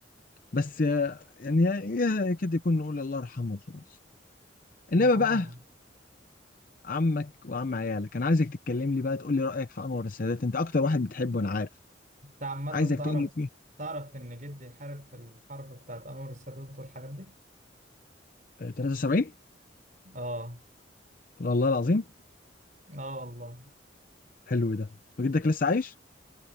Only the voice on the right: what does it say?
ما
أنت عامة
تعرف
تعرف إن جدي حارب في الحرب بتاعت أنور السادات والحاجات دي؟
آه
آه والله